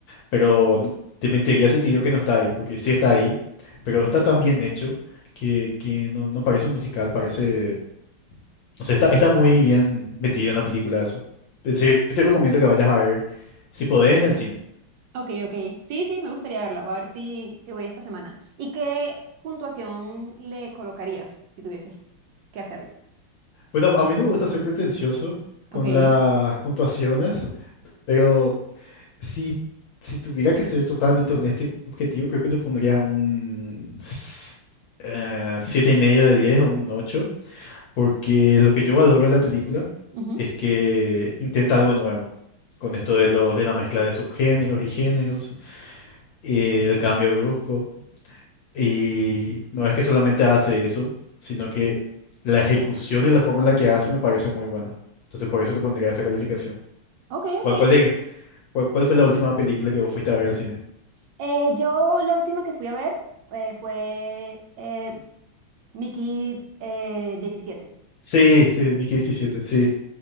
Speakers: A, on the left (about 65°); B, on the right (about 70°).
A: Pero no- te mentiría si te digo que no está ahí, porque sí está ahí. Pero está tan bien hecho que, que no, no parece un musical, parece... O sea, está, está muy bien metido en la película eso. En serio, yo te recomiendo que vayas a ver, si podés, en el cine.
B: Ok, ok. Sí, sí, me gustaría verla. Voy a ver si, si voy esta semana. ¿Y qué puntuación le colocarías si tuvieses que hacerlo?
A: Bueno, a mí no me gusta ser pretencioso con
B: Ok.
A: las puntuaciones, pero... Si, si tuviera que ser totalmente honesto y objetivo, creo que le pondría un s- eh, siete y medio de 10 o un 8, porque lo que yo valoro de la película
B: Ujú.
A: es que intenta algo nuevo, con esto de, lo, de la mezcla de subgéneros y géneros, eh, el cambio brusco, y no es que solamente hace eso, sino que la ejecución y la forma en la que hace me parece muy buena. Entonces por eso le pondría esa calificación.
B: Ok,
A: ¿Cuál,
B: ok.
A: cuál, de- cuál, cuál fue la última película que vos fuiste a ver al cine?
B: Eh, yo la última que fui a ver eh, fue eh, Mickey eh, diecisiete
A: Sí, sí, Mickey diecisiete, sí.